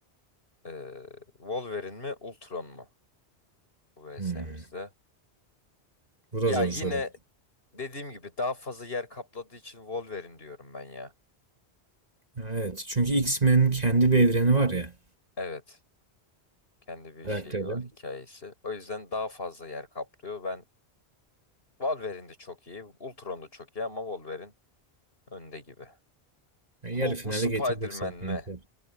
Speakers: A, on the left; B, on the right.
A: Ee, Wolverine mi Ultron mu? Bu vs'mizde.
B: Hmm, bu da
A: Ya
B: zor
A: yine
B: soru.
A: dediğim gibi daha fazla yer kapladığı için Wolverine diyorum ben ya.
B: Ha, Evet. Çünkü X-Men'in kendi bir evreni var ya.
A: Evet. Kendi bir
B: Karakteri.
A: şeyi var, hikayesi. O yüzden daha fazla yer kaplıyor. Ben Wolverine de çok iyi, Ultron da çok iyi ama Wolverine önde gibi.
B: Ya, yarı
A: Hulk
B: finale
A: mu Spider-Man
B: getirdik zaten.
A: mi?
B: yeter.